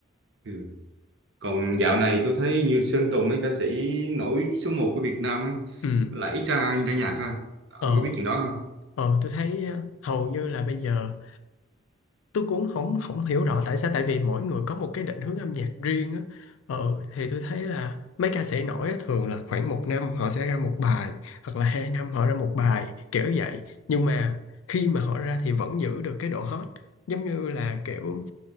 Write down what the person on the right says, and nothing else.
ừ. còn dạo này tôi thấy như Sơn Tùng mấy ca sĩ nổi số một của Việt Nam ấy
lại ít ra ra nhạc ha ông
có biết chuyện đó không